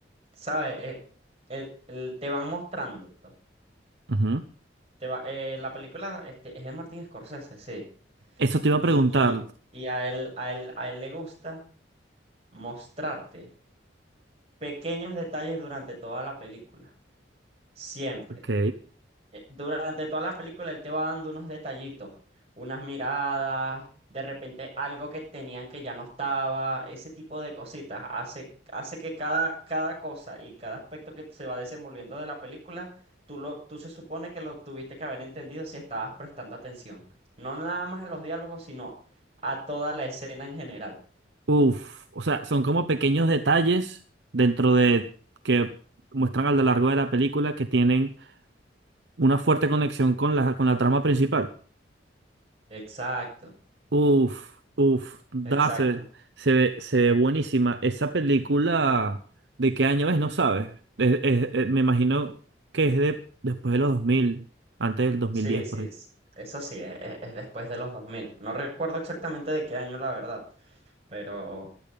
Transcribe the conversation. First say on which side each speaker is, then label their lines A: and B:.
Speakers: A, on the right (about 35°); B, on the right (about 65°).
A: ¿sabes? Eh, el- el- te van mostrando.
B: ujú.
A: Te va, eh, la película este, es de Martin Scorsese, sí.
B: Eso te iba
A: Y,
B: a preguntar.
A: y, y a él, a él, a él le gusta mostrarte pequeños detalles durante toda la película. Siempre.
B: Ok.
A: Eh, Durante toda la película él te va dando unos detallitos, unas miradas, de repente algo que tenían que ya no estaba, ese tipo de cositas. Hace, hace que cada, cada cosa y cada aspecto que se va desenvolviendo de la película, tú, lo, tú se supone que lo tuviste que haber entendido si estabas prestando atención. No nada más a los diálogos, sino a toda la escena en general.
B: Uf. O sea, son como pequeños detalles dentro de que muestran a lo largo de la película que tienen una fuerte conexión con la, con la trama principal.
A: Exacto,
B: Uf, uf. Da,
A: exacto.
B: se, ve- se ve, se ve buenísima. Esa película, ¿de qué año es? No sabes. Es- es- eh, me imagino que es de después de los dos mil antes del dos
A: Sí,
B: mil diez
A: sí,
B: por ahí.
A: s-
B: <laughs>
A: eso sí, e- e- es, después de los 2000. No recuerdo exactamente de qué año, la verdad, pero